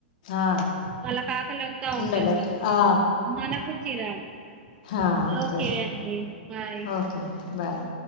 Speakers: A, on the left; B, on the right.
A: ఆ,
B: వాళ్ళ కాకలి అవుతా
A: ఉండలేరు
B: ఉంటది
A: ఆ,
B: మనకు చిరాకు
A: అంతే
B: ఓకే అండి బాయ్
A: ఓకే అం బాయ్